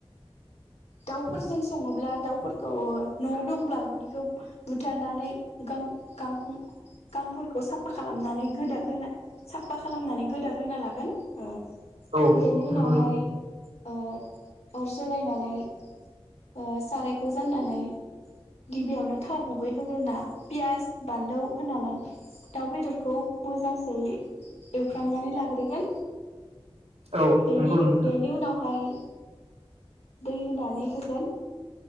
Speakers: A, on the left; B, on the right.
A: दाउफोरजों सङोब्ला दाउफोरखौ न दंब्ला ननिखौ बुथारनानै गां गांखं गांफोरखौ साफा खालामनानै गोदाग्रोना साफा खालामनानै गोदाग्रोना लागोन बेनि
B: औ
A: उनावहाय
B: नंगौ
A: अर जलायनानै ओ सारायखौ जाननानै गिबियावनो थाव गुबै होग्रोना पियास बानलु होनानै दाउ बेदरखौ मोजांसे एवफ्रामनानै लाग्रोगोन
B: औ
A: बेनि
B: नंगौ नोंथां
A: बेनि उनावहाय दै होनानै होगोन